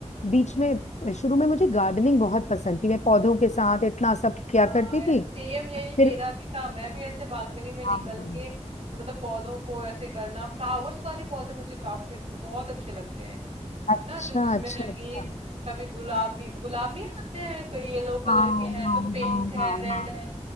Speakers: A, on the left; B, on the right.
A: बीच
B: हम्म
A: में शुरू में मुझे गार्डनिंग बहुत पसंद थी मैं पौधों के साथ इतना सब किया
B: हाँ
A: करती
B: यार
A: थी
B: सेम यही मेरा
A: फिर
B: भी था मैं भी ऐसे बालकनी में निकल
A: हाँ
B: के तो मतलब पौधों को ऐसे करना फ्लावर्स वाले पौधे मुझे काफी बहुत अच्छे लगते हैं
A: अच्छा
B: ना जो जिसमें
A: अच्छा
B: रंगीन
A: अच्छा
B: कभी गुलाबी गुलाब नहीं आते हैं कोई येलो कलर
A: हाँ
B: के हैं
A: हाँ
B: तो पिंक
A: हाँ
B: है रेड
A: हाँ
B: है